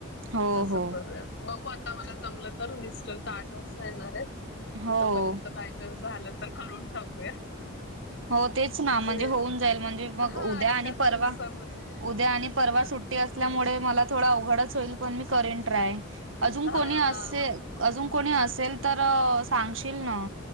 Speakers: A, on the right (about 70°); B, on the left (about 60°).
A: हो
B: असं
A: हो
B: करूयात बघू आता मला जमलं तर मिस्टर आता आठ वाजता येणार आहेत.
A: हो
B: तोपर्यंत बायचान्स झाला तर करून टाकूया.
A: हो तेच ना म्हणजे
B: ते
A: होऊन जाईल म्हणजे मग
B: हा
A: उद्या
B: एकाच
A: आणि परवा
B: दिवसामध्ये
A: उद्या आणि परवा सुट्टी असल्यामुळे मला थोडा अवघडच होईल पण मी करीन ट्राय अजून
B: हा
A: कोणी असे
B: हा
A: अजून कोणी असेल तर सांगशील ना